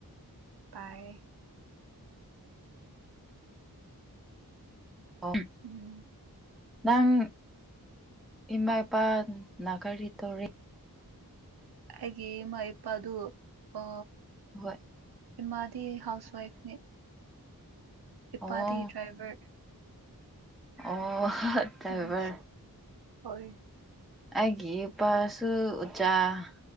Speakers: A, on the right; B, in the centre.
A: ꯇꯥꯏ
B: ꯑꯣ
A: ꯎꯝ
B: ꯅꯪ ꯏꯃꯥ ꯏꯄꯥ ꯅꯥꯒꯥꯔꯤ ꯇꯧꯔꯤ
A: ꯑꯩꯒꯤꯦꯃ ꯏꯄꯥ ꯑꯗꯨ ꯑ
B: ꯍꯣꯏ
A: ꯃꯥꯗꯤ ꯍꯥꯎꯁ ꯋꯥꯏꯐꯅꯦ ꯏꯄꯥꯗꯤ
B: ꯑꯣ
A: ꯗ꯭ꯔꯥꯏꯕꯔ
B: ꯑꯣ ꯇꯕ
A: ꯎꯝ ꯍꯣꯏ
B: ꯍꯥꯏꯦꯄꯥꯁꯨ ꯎ ꯎꯆꯆ